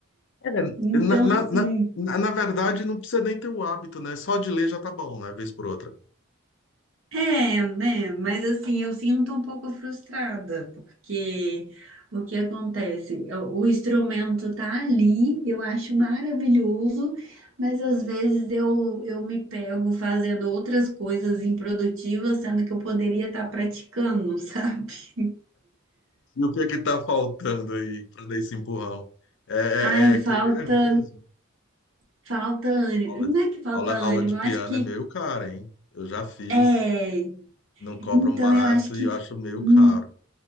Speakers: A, on the left; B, on the right.
A: É,
B: Então,
A: na, na,
B: assim.
A: na, na na verdade, não precisa nem ter o hábito, né? Só de ler já tá bom, né? Vez por outra.
B: É, né? Mas assim, eu sinto um pouco frustrada, porque o que acontece? Eu- O instrumento tá ali, eu acho maravilhoso, mas às vezes eu, eu me pego fazendo outras coisas improdutivas, sendo que eu poderia estar praticando, <laughs> sabe?
A: E o que é que tá faltando aí para dar esse empurrão? É,
B: Ai,
A: é, é querer
B: falta,
A: mesmo.
B: falta ânimo.
A: Aula,
B: Não é que falta
A: aula, aula
B: ânimo,
A: de
B: eu
A: piano
B: acho que
A: é meio cara, hein? Eu já fiz,
B: é.
A: não cobram
B: Então
A: barato
B: eu acho que
A: e eu acho meio
B: hum,
A: caro.